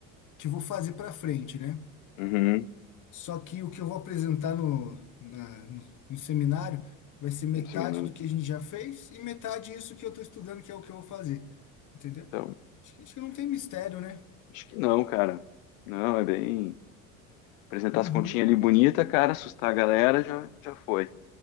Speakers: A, on the left; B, on the left.
A: que vou fazer pra frente, né?
B: Uhum.
A: Só que o que eu vou apresentar no, na- no, no seminário vai ser metade
B: Um segundo.
A: do que a gente já fez e metade isso que eu estou estudando, que é o que eu vou fazer. Entendeu?
B: Então,
A: Acho que, acho que não tem mistério, né?
B: acho que não, cara. Não, é bem. Apresentar
A: Uhum,
B: as continhas ali bonita, cara, assustar a galera, já, já foi.